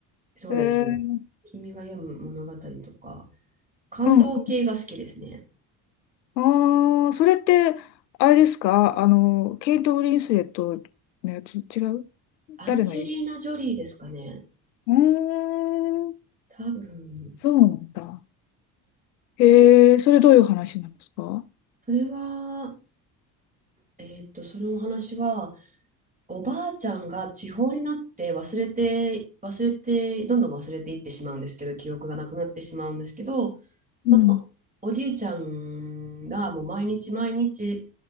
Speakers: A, on the right; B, on the left.
A: そうです。
B: へえ。
A: 君が読む物語とか、感動系が好きですね。
B: うん。ああ、それって、あれですかあの、ケイト・ブリンスレットのやつ、違う
A: アンジェリーナ・
B: 誰の絵
A: ジョリーですかね。
B: うーん、
A: 多分、
B: そうなんだ。へえ、それどういう話なんですか
A: それは、えっと、そのお話は、おばあちゃんが地方になって忘れて、忘れて、どんどん忘れていってしまうんですけど、記憶がなくなってしまうんですけど、
B: うん。
A: まあ、おじいちゃんがもう毎日毎日、